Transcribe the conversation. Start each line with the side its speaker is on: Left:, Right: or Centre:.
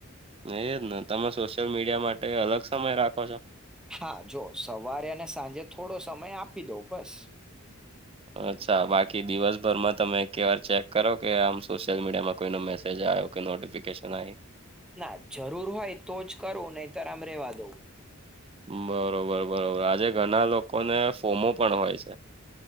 Right: એ જ ને તમે સોશિયલ મીડિયા માટે અલગ સમય રાખો છો.
Centre: હા જો સવારે અને સાંજે થોડો સમય આપી દઉ બસ.
Right: અચ્છા બાકી દિવસભરમાં તમે એકે વાર ચેક કરો કે આમ સોશિયલ મીડિયામાં કોઈનો મેસેજ આવ્યો નોટિફિકેશન આ.
Centre: ના જરૂર હોય તો જ કરું નહી તર આમ રેવા દઉ.
Right: બરોબર બરોબર આજે ઘણા લોકોને ફોમો પણ હોય છે.